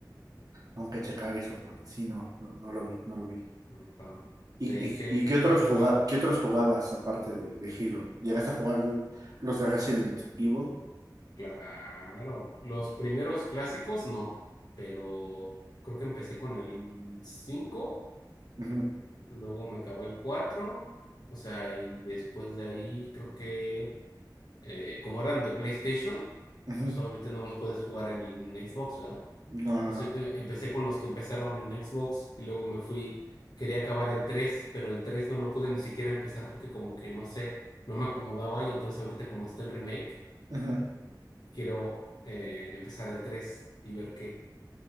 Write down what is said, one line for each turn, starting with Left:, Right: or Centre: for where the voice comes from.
Right: tengo que checar eso porque sí, no, no, no lo vi, no lo vi.
Left: Ajá.
Right: ¿Y,
Left: De ahí
Right: y-
Left: que,
Right: y
Left: que,
Right: qué otros
Left: que, qué
Right: juga-
Left: otra.
Right: qué otros jugabas aparte de, de Halo? ¿Llegaste a jugar los de Resident Evil?
Left: Claro. Los primeros clásicos, no. Pero creo que empecé con el cinco
Right: Ujú,
Left: luego me acabó el cuatro O sea, y después de ahí creo que. eh, como eran de PlayStation,
Right: ujú.
Left: pues obviamente no los puedes jugar en, en Xbox, ¿verdad?
Right: No, no,
Left: O
Right: no.
Left: sea, em- empecé con los que empezaron en Xbox y luego me fui, quería acabar el tres pero el 3 no lo pude ni siquiera empezar porque como que no sé, no me acomodaba y entonces ahorita como está el remake,
Right: Ujú,
Left: quiero eh, empezar el 3 y ver qué,